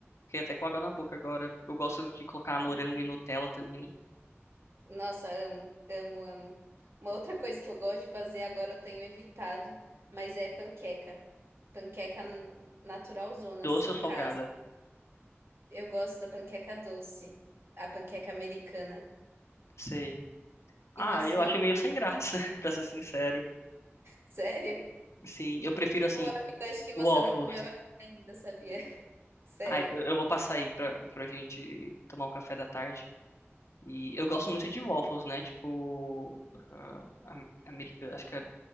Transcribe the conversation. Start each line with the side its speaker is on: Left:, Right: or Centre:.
Left: fiquei até com água na boca agora. Eu gosto de colocar morango
Right: Sim.
Left: e Nutella também.
Right: Nossa, amo, amo, amo. Uma outra coisa que eu gosto de fazer agora eu tenho evitado, mas é panqueca. Panqueca naturalzona,
Left: Doce
Right: assim,
Left: ou
Right: em
Left: salgada?
Right: casa. Eu gosto da panqueca doce, a panqueca americana.
Left: Sei. Ah,
Right: E você?
Left: eu acho meio sem graça, <laughs> pra ser sincero.
Right: Sério?
Left: Sim, eu prefiro assim,
Right: Pô, amigo, acho que você
Left: waffles.
Right: não comeu ainda, sabia? <laughs> Sério.
Left: Ah, então eu vou passar aí pra, pra gente tomar um café da tarde. E eu gosto muito de waffles, né? Tipo, ah, am- americana, acho que é,